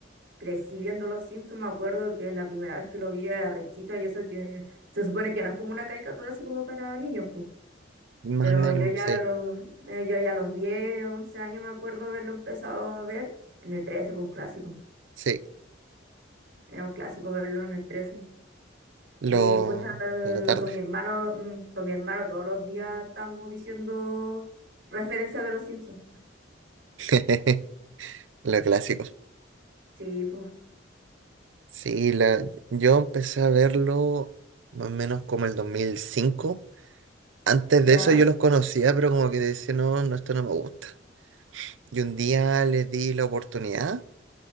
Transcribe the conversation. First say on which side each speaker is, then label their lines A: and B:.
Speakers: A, on the right; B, on the right.
A: crecí viendo Los Simpsons, me acuerdo que la primera vez que lo vi era re chica y eso que se supone que no es como una caricatura así como para niños, pues.
B: Más
A: Pero
B: o menos,
A: yo ya
B: sí,
A: a los, eh, yo ya a los 10 11 años me acuerdo haberlo empezado a ver en el 13 fue un clásico.
B: sí,
A: Era un clásico verlo en el trece
B: lo,
A: Y pucha, eh,
B: la tarde.
A: con mi hermano, mm, con mi hermano todos los días estamos diciendo referencias de los Simpsons.
B: <laughs> Los clásicos.
A: Sí, pues,
B: Sí, la, yo empecé a verlo más o menos como el dos mil cinco Antes
A: ya,
B: de eso yo los conocía, pero como que decía, no, no, esto no me gusta. Y un día les di la oportunidad